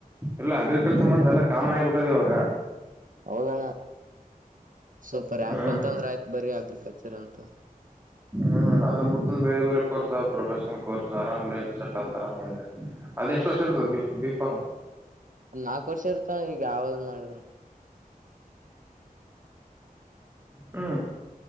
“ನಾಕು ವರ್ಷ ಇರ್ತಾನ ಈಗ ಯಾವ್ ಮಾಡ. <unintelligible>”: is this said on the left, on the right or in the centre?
Right